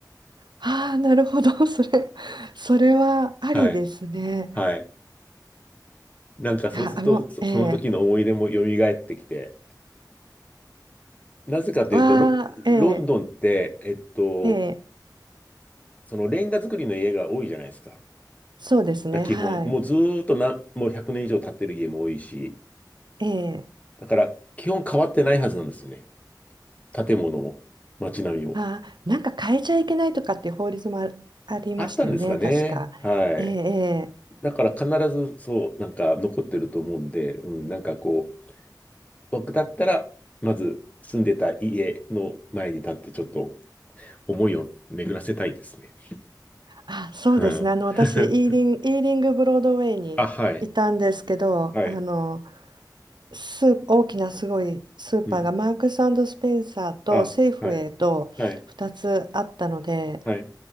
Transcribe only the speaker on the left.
はい。はい。なんかそうすると、
そ、
その時の思い出も蘇ってきて、なぜかというと、
ロ、
ロンドンって、えっと、
そのレンガ造りの家が多いじゃないですか。だか
ら基本、
もうずーっとな、もう100年以上経ってる家も多いし、
だから基本変わってないはずなんですよね。建物も、街並みも。
あったんですかね。
はい。
だから必ずそう、なんか残ってると思うんで、うん、なんかこう、僕だったら、まず住んでた家の前に立ってちょっと思いを巡らせたいですね。
うん。
<laughs>
あ、はい。はい。
うん。あ、はい。はい。はい。